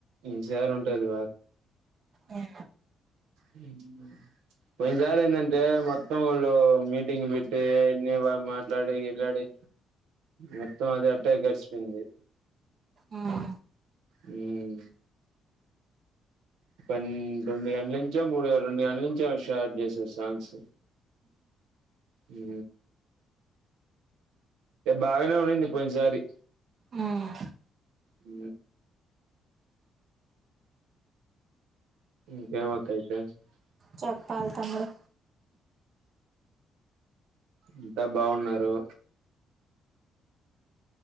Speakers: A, on the right; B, on the right.
A: ఈసారి ఉంటది
B: ఆ
A: అ పోయిన్సారీ ఏందంటే మొత్తం వాళ్ళు మీటింగ్ పెట్టి నివా మాట్లాడి గిట్లడి మొత్తం అది అట్టా గడిచిపోయింది
B: ఉం
A: ఉం పన్న రెండు గంటల నుంచే మూడు రెండు గంటల నుంచ షేట్ చేసారు సాంగ్స్ హు బాగానే ఉంది పోయినస్సారి
B: హ్మ్.
A: అ <unintelligible>
B: చెప్పాలి తమ్ముడు
A: ఇంత బాగున్నారు